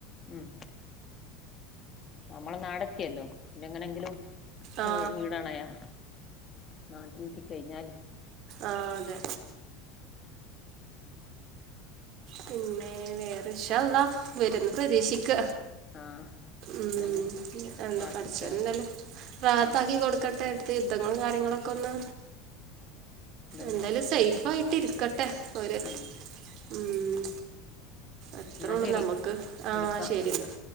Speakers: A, on the left; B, on the right.
A: ഉം നമ്മടെ നാടക്കെയല്ലോ പിന്നെ എങ്ങനെങ്കിലും
B: ആ
A: വീടാണയാ നാട്ടിലെത്തി കഴിഞ്ഞാല്
B: ആഹ് അതെ പിന്നെ വേറെ ഇന്ഷാ ഹല്ലാഹ്‌ വരന്ന് പ്രതീക്ഷിക്ക
A: ആഹ്
B: ഉം
A: ഇതന്നെ പ്രാർത്ഥിക്ക
B: പടച്ചോൻ എന്താലും റാത്താക്കി
A: തന്നെ
B: കൊടുക്കട്ടെ അടുത്തെ യുദ്ധങ്ങളും കാര്യങ്ങളൊക്കെ ഒന്ന്
A: ഇതന്നെ
B: എന്തായാലും സേഫ് ആയിട്ട് ഇരിക്കട്ടെ ഓര്
A: ഉം
B: ഉം എത്രയള്ളൂ
A: എന്നാ ശരി
B: നമുക്ക് ആ
A: വിളിക്കാം
B: ശരിന്ന